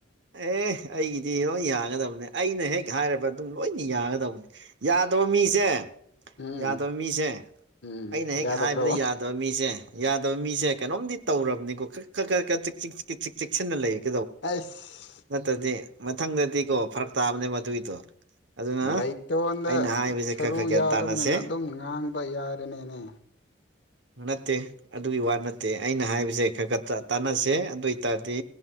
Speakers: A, on the right; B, on the left.
A: ꯑꯦ ꯑꯩꯒꯤꯗꯤ ꯂꯣꯏ ꯌꯥꯒꯗꯕꯅꯦ ꯑꯩꯅ ꯍꯦꯛ ꯍꯥꯏꯔꯕ ꯑꯗꯨꯝ ꯂꯣꯏꯅ ꯌꯥꯒꯗꯕꯅꯤ ꯌꯥꯗꯕ ꯃꯤꯁꯦ
B: ꯎꯝ
A: ꯌꯥꯗꯕ ꯃꯤꯁꯦ
B: ꯎꯝ
A: ꯑꯩꯅ
B: ꯌꯥꯗꯕ꯭ꯔꯣ
A: ꯍꯦꯛ ꯍꯥꯏꯕꯗ ꯌꯥꯗꯕ ꯃꯤꯁꯦ ꯌꯥꯗꯕ ꯃꯤꯁꯦ ꯀꯩꯅꯣꯝꯗꯤ ꯇꯧꯔꯕꯅꯤꯀꯣ ꯈ ꯈꯔ ꯈꯔ ꯈ ꯆꯦꯛꯁꯤꯟꯅ ꯂꯩꯒꯦ
B: ꯑꯁ
A: ꯅꯠꯇ꯭ꯔꯗꯤ ꯃꯊꯪꯗꯗꯤꯀꯣ ꯐꯔꯛ ꯇꯥꯕꯅꯦ ꯃꯗꯨꯒꯤꯗꯣ ꯑꯗꯨꯅ
B: ꯂꯩꯇꯣꯟꯗ
A: ꯑꯩꯅ ꯍꯥꯏꯕꯁꯦ
B: ꯁꯔꯨ
A: ꯈꯔ ꯈꯔ ꯒ꯭ꯌꯥꯟ
B: ꯌꯥꯎꯗꯕꯅꯤꯅ
A: ꯇꯥꯅꯁꯦ
B: ꯑꯗꯨꯝ ꯉꯥꯡꯕ ꯌꯥꯔꯦꯅꯦꯅꯦ
A: ꯅꯠꯇꯦ ꯑꯗꯨꯒꯤ ꯋꯥ ꯅꯠꯇꯦ ꯑꯩꯅ ꯍꯥꯏꯕꯁꯦ ꯈꯔ ꯈ ꯇꯥꯟꯅꯁꯦ ꯑꯗꯨ ꯑꯣꯏ ꯇꯔꯗꯤ